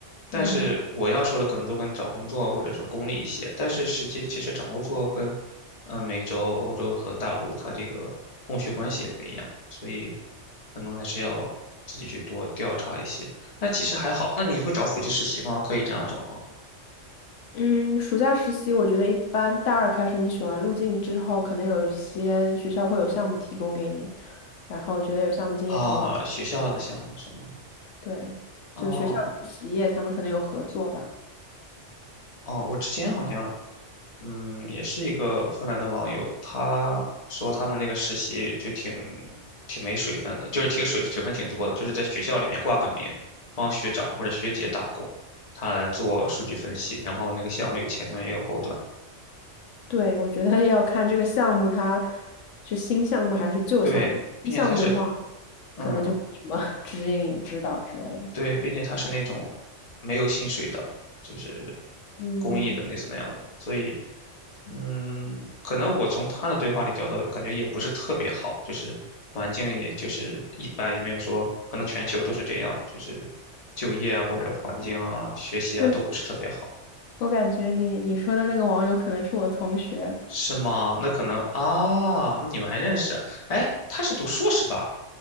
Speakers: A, on the left (about 35°); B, on the left (about 85°).
A: 但是我要说的可能都跟找工作或者说功利一些，
B: 嗯
A: 但是实际其实找工作跟嗯美洲、欧洲和大陆它这个供需关系也不一样，所以可能还是要自己去多调查一些。那其实还好，那你会找暑期实习吗？可以这样找吗？
B: 嗯，暑假实习我觉得一般，大二开始你选完路径之后，可能有一些学校会有项目提供给你，然后我觉得有项目经验可能。
A: 啊，学校的项目是吗？
B: 对，
A: 哦
B: 就学校跟企业他们可能有合作吧。
A: 哦，我之前好像嗯，也是一个芬兰的网友，他说他们那个实习就挺挺没水分的，就是挺水水分挺多的，就是在学校里面挂个名，帮学长或者学姐打工，他来做数据分析，然后那个项目有前端也有后端，
B: 对，我觉得要看这个项目它是新项目还是旧项目。
A: 对，并且他是
B: 新项目的话，
A: 嗯，
B: 可能就没什么 <laughs> 指引、指导之类的。
A: 对，并且他是那种没有薪水的，就是
B: 嗯
A: 公益的类似那样的，所以嗯，可能我从他的对话里聊的感觉也不是特别好，就是环境也就是一般，也没有说可能全球都是这样，就是就业啊或者环境啊、学习啊都不是特别好，
B: <laughs>，是我感觉你你说的那个网友可能是我同学
A: 是吗？那可能啊，那你们还认识？哎，他是读硕士吧？